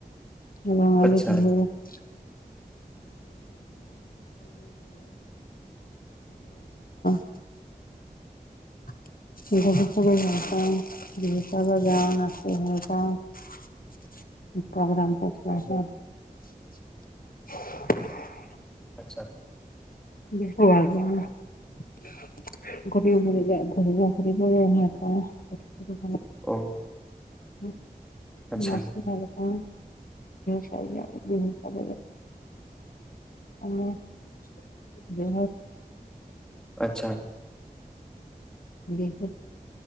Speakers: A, on the left; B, in the centre.
A: ৰঙিলী
B: আচ্ছা
A: বিহুত <unintelligible> <unintelligible>
B: আচ্ছা
A: বাল ব <unintelligible> ঘতি ঘৰি যায় বুজি পোৱা নাই ভইচতো
B: অ
A: উম
B: আচ্ছা
A: মাছটো ভাল পাওঁ চাই খাব <unintelligible> বহুত
B: আচ্ছা
A: বিহুত।